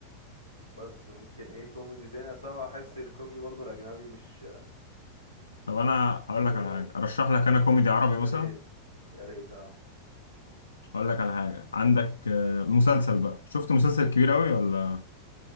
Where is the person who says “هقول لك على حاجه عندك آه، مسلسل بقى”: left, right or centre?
Left